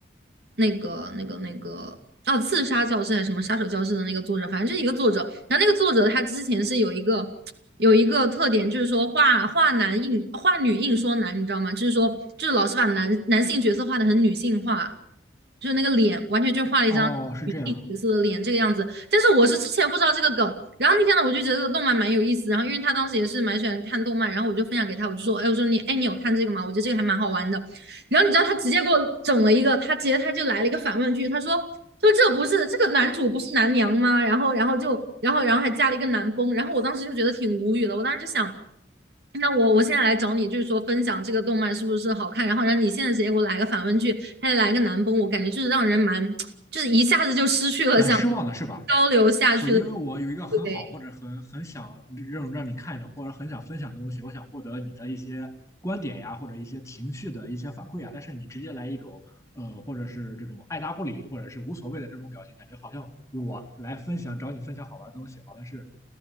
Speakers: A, on the right (about 60°); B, on the left (about 15°).
A: 那个那个那个哦，刺杀教室还是什么杀手教室的那个作者，反正就是一个作者。然后那个作者他之前是有一个有一个特点，就是说画画男硬画女硬说男，你知道吗？就是说就是老是把男男性角色画的很女性化。就是那个脸，完全就画了一张女性角色的脸这个样子。
B: 哦，是这样，
A: 但是我是之前不知道这个梗，然后那天呢，我就觉得这个动漫蛮有意思。然后因为他当时也是蛮喜欢看动漫，然后我就分享给他，我就说，哎，我说你，哎，你有看这个吗？我觉得这个还蛮好玩的。然后你知道他直接给我整了一个，他直接他就来了一个反问句，他说。就这不是这个男主不是男娘吗？然后，然后就，然后，然后还加了一个男崩，然后我当时就觉得挺无语的。我当时就想，那我我现在来找你，就是说分享这个动漫是不是好看，然后让你现在直接给我来个反问句，还得来个男崩，我感觉就是让人蛮，<tsk> 就是一下子就失去了想
B: 蛮失望的，是吧？
A: 交流下去的，
B: 对，因为我有一个很好或者很很想让让你看的，
A: 对，
B: 或者很想分享的东西，我想获得你的一些观点呀，或者一些情绪的一些反馈呀。但是你直接来一种呃，或者是这种爱答不理，或者是无所谓的这种表情，感觉好像我来分享找你分享好玩的东西，好像是